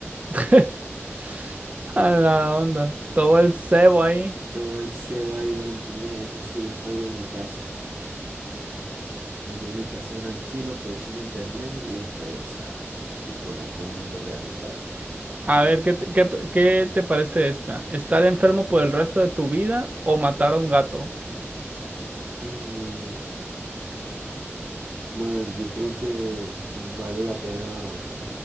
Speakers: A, on the right; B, on the right.
A: <laughs> A la onda. Todo el cebo ahí.
B: Todo el sebo ahí durante un mes, eso sí, no salgo de mi casa. Me quedo en mi casa tranquilo, aprovecho el internet y después salgo y conozco el mundo real otra vez.
A: A ver, ¿qué te, qué, qué te parece esta? ¿Estar enfermo por el resto de tu vida o matar a un gato?
B: Mm, man, yo creo que vale la pena